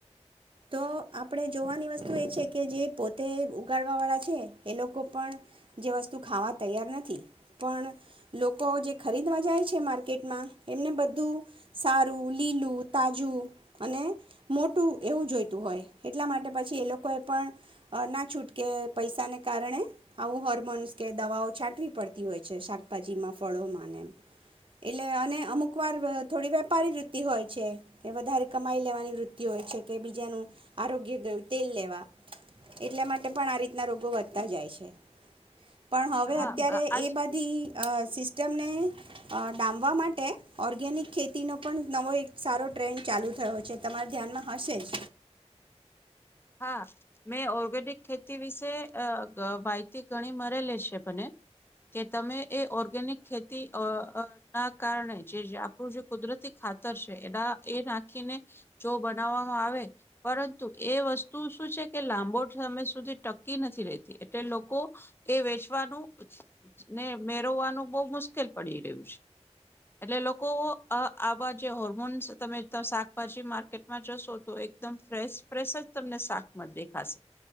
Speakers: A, on the right; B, on the left.
A: તો આપણે જોવાની વસ્તુ એ છે કે જે પોતે ઉગાડવા વાળા છે એ લોકો પણ જે વસ્તુ ખાવા તૈયાર નથી પણ લોકો જે ખરીદવા જાય છે માર્કેટમાં એમને બધું સારું લીલું તાજું અને મોટું એવું જોઈતું હોય એટલા માટે પછી એ લોકો એ પણ ના છૂટકે પૈસાને કારણે આવું હોર્મોન્સ કે દવાઓ છાંટવી પડતી હોય છે શાકભાજીમાં ફળોમાં એમ એટલે અને અમુક વાર થોડી વેપારી વૃત્તિ હોય છે કે વધારે કમાઈ લેવાની વૃત્તિ હોય છે કે બીજાનું આરોગ્ય ગયું તેલ લેવા એટલા માટે પણ આ રીતના રોગો વધતા જાય છે પણ હવે
B: હા
A: અત્યારે
B: આ આજ
A: એ બધી સિસ્ટમને ડામવા માટે ઓર્ગેનિક ખેતીનો પણ નવો એક સારો ટ્રેન્ડ ચાલુ થયો છે તમારા ધ્યાનમાં હશે જ
B: હા મેં ઓર્ગેનિક ખેતી વિશે અ માહિતી ઘણી મળેલી છે મને કે તમે એ ઓર્ગેનિક ખેતી ના કારણે જે આપણું જે કુદરતી ખાતર છે એના એ નાખીને જો બનાવવામાં આવે પરંતુ એ વસ્તુ તું શું છે કે લાંબો સમય સુધી ટકી નથી રહેતી એટલે લોકો એ વેચવાનું ને મેરવવાનું બહુ મુશ્કેલ પડી રહ્યું છે એટલે લોકો આવા જે હોર્મોન્સ તમે શાકભાજી માર્કેટમાં જશો તો એકદમ ફ્રેશ ફ્રેશ જ ા દેખાશે